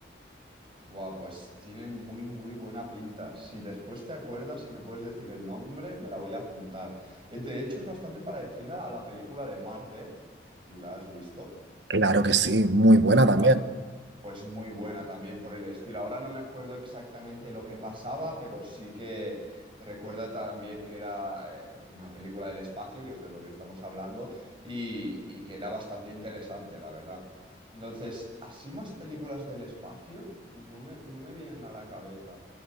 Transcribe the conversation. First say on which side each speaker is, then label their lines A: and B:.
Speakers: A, on the right (about 30°); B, on the right (about 70°).
A: Buah, pues tiene muy, muy buena pinta. Si después te acuerdas, si me puedes decir el nombre, me la voy a apuntar. Eh, De hecho, es bastante parecida a la película de Marte. ¿La has visto?
B: Claro que sí, muy buena
A: Vale,
B: también.
A: pues muy buena también por el estilo. Ahora no me acuerdo exactamente lo que pasaba, pero sí que recuerda también que era eh, una película del espacio, que es de lo que estamos hablando, y, y que era bastante interesante, la verdad. Entonces, así más películas del espacio no me, no me vienen a la cabeza.